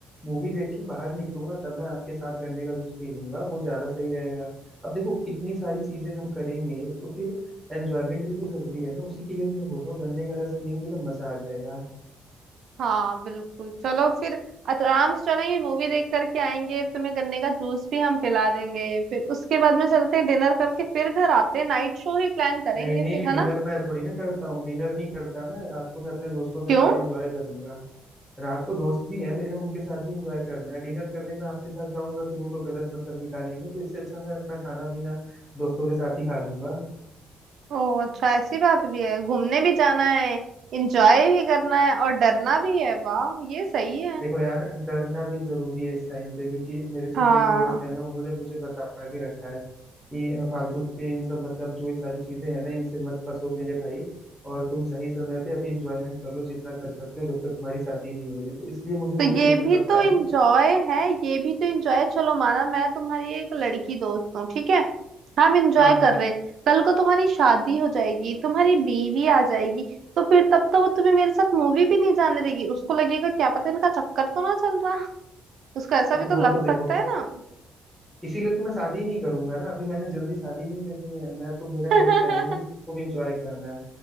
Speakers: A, in the centre; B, on the right.
A: मूवी देख के बाहर निकलूंगा तब मैं आपके साथ गन्ने का जूस पी लूंगा वो ज्यादा सही रहेगा अब देखो इतनी सारी चीजें हम करेंगे तो फिर एंजॉयमेंट भी तो जरूरी है ना उसी के लिए तो मैं बोल रहा हूँ गन्ने का रस पियेंगे तो मजा आ जाएगा
B: हाँ बिल्कुल चलो फिर आराम से चलेंगे मूवी देख करके आएंगे तुम्हें गन्ने का जूस भी हम पिला देंगे फिर उसके बाद में चलते हैं डिनर करके फिर घर आते हैं नाइट शो ही प्लान करेंगे
A: नहीं नहीं
B: फिर है
A: डिनर
B: ना
A: मैं थोड़ी ना करता हूँ डिनर नहीं करता मैं रात को मैं अपने दोस्तों के
B: क्यों
A: साथ एंजॉय करूंगा रात को दोस्त भी हैं मेरे उनके साथ भी इंजॉय करना है डिनर करने में आपके साथ जाऊंगा फिर वो लोग गलत मतलब निकालेंगे तो इससे अच्छा मैं अपना खाना पीना दोस्तों के साथ ही खा लूंगा
B: ओ अच्छा ऐसी बात भी है घूमने भी जाना है एंजॉय भी करना है और डरना भी है वाह ये सही है
A: देखो यार डरना भी जरूरी है इस टाइम पे क्योंकि मेरे जितने
B: हाँ
A: भी दोस्त हैं ना उन्होंने मुझे बता के रखा है कि फालतू के इन सब मतलब जो ये सारी चीजें हैं ना इनसे मत फंसो मेरे भाई और तुम सही समय पे अभी इंजॉयमेंट कर लो जितना कर सकते हो जब तक तुम्हारी शादी नहीं हो रही तो इसलिए मुझे वो
B: तो
A: भी
B: ये
A: देखना
B: भी
A: पड़ता
B: तो
A: है
B: इंजॉय
A: ना
B: है ये भी तो इंजॉय है चलो माना मैं तुम्हारी एक लड़की दोस्त हूँ ठीक है हम इंजॉय
A: हाँ हाँ
B: कर रहे कल को तुम्हारी शादी हो जाएगी तुम्हारी बीवी आ जाएगी तो फिर तब तो वो तुम्हें मेरे साथ मूवी भी नहीं जाने देगी उसको लगेगा क्या पता इनका चक्कर तो ना चल रहा उसको ऐसा
A: नहीं
B: भी तो
A: वो
B: लग
A: तो देखो
B: सकता है ना
A: इसीलिए तो मैं शादी नहीं करूंगा ना अभी मैंने जल्दी शादी नहीं करनी है मैं तो मेरा
B: <laughs>
A: यही प्लान है कि खूब एंजॉय करना है